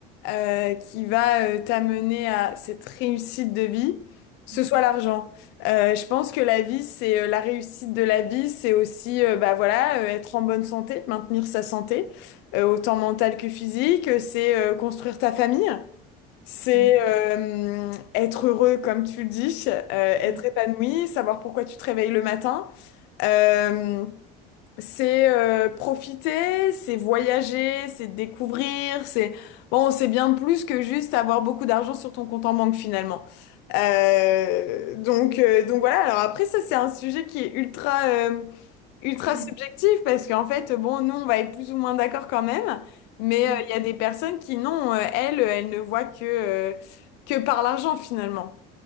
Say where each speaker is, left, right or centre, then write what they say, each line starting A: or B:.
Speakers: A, on the left; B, on the right.
A: euh, qui va euh, t'amener à cette réussite de vie, ce
B: mm,
A: soit l'argent. Euh, je pense que la vie, c'est euh, la réussite de la vie, c'est aussi euh, bah voilà, euh, être en bonne santé, maintenir sa santé, euh, autant mentale que physique, euh, c'est euh, construire ta famille. C'est
B: mm,
A: euh, être heureux, comme tu le dis, euh, être
B: mm,
A: épanoui, savoir pourquoi tu te réveilles le matin. Euh, c'est euh, profiter, c'est voyager, c'est découvrir, c'est bon, c'est bien plus que juste avoir beaucoup d'argent sur ton compte en banque finalement. Euh, donc euh, donc voilà. Alors après ça c'est un sujet qui est ultra euh, ultra
B: mm,
A: subjectif parce qu'en fait bon nous on va être plus ou moins d'accord quand même, mais
B: mm.
A: euh, il y a des personnes qui non euh, elles elles ne voient que euh, que par l'argent finalement.